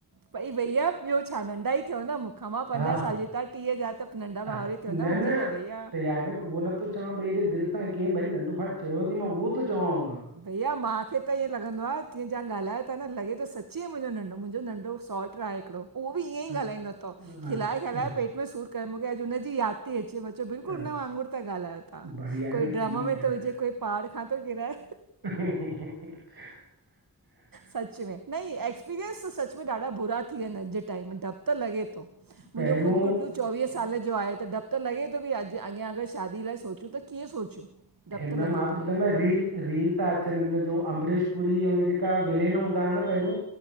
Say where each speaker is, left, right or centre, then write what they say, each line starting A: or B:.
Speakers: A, on the right; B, on the right.
A: पई भईया ॿियो छा नंढा ही थियो न मूंखां मां पंजाहु
B: हा हा
A: साले ता ट्रीह जा। नंढा
B: हा
A: भाउर ई थियो
B: न
A: मुंहिंजा
B: न
A: भईया
B: त याने न उहो न त चवां भई हेॾे दिलि सां कीअं भाई नंढो भाउ चयो थी मां उहो थो चवां।
A: भईया माखे त ईअं लॻंदो आह जीअं ॻाल्हायो था न लॻे थो सची ई मुंहिंजो नंढो मुंहिंजो नंढो सॉट्र आहे हिकिड़ो उहो बि ईअं
B: हा
A: ई ॻालाईंदो तथ
B: अच्छा
A: खिलाए खिलाए पेट में सूर कयो मूंखे अॼु हुनजी याद। ती अचे मां चयो बिल्कुलु
B: अच्छा
A: न वांगुर ता ॻाल्हयो तव्हां
B: बढ़िया आहे न
A: कोई
B: ठीकु
A: ड्रम में
B: आहे
A: थो
B: न
A: विजे कोई पहाड़ खां थो किराए
B: <inaudible>
A: सच में न एक्सपीरियंस त सच में ॾाढा बुरा थी विया आहिनि अॼु जे टाइम में ड्रपु त लॻे थो।
B: पहिरियों
A: मुंजो खुद गुडु चोवीह साल जो आहे त ड्रप त लॻे थो कि अॼु अॻियां अगर शादी लाइ सोचूं त कीअं सोचूं। डपु
B: हिमल
A: त लॻे
B: मां
A: थो
B: तो ॿुधायो
A: भैया
B: न रील रील था अचनि हिमल जो अम्बरेश पुरी जेका विलेन हूंदा हुआ न पहिरियों।